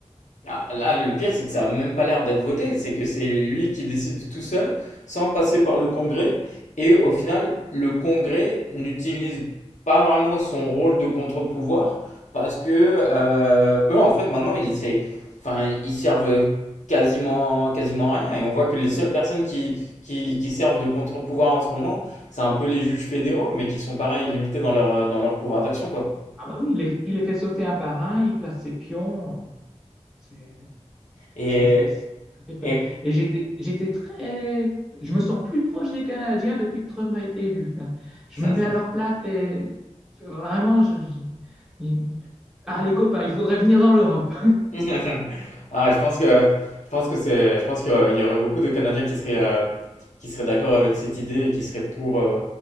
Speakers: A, on the left (about 80°); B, in the centre.
A: Ah, là, le pire, c'est que ça a même pas l'air d'être voté. C'est que c'est lui qui décide tout seul, sans passer par le Congrès. Et au final, le Congrès n'utilise pas vraiment son rôle de contre-pouvoir parce que euh, eux, en fait, maintenant, ils, c'est- enfin, ils servent quasiment, quasiment à rien. Et on voit que les seules
B: Oui.
A: personnes qui, qui, qui servent de contre-pouvoir en ce moment, c'est un peu les juges fédéraux, mais qui sont pareil, limités dans leur, dans leur pouvoir d'action, quoi.
B: Ah bah oui, il les, il les fait sauter un par un, il place ses pions. C'est-
A: Et,
B: Ça, ça fait peur.
A: et,
B: Et j'étais, j'étais très. Je me sens plus proche des Canadiens depuis que Trump a été élu. Je me
A: <laughs>
B: mets à leur place et je- vraiment, je... je- il- Ah, les copains, il faudrait venir dans l'Europe.
A: <laughs> Ah, je pense que je pense que c'est je pense qu'il y aurait il y aurait beaucoup de Canadiens qui seraient euh, qui seraient d'accord avec cette idée et qui seraient pour euh,